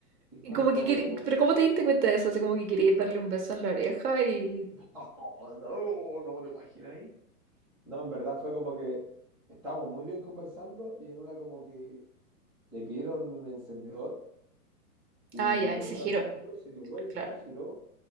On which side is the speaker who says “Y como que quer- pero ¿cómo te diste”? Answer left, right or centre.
Right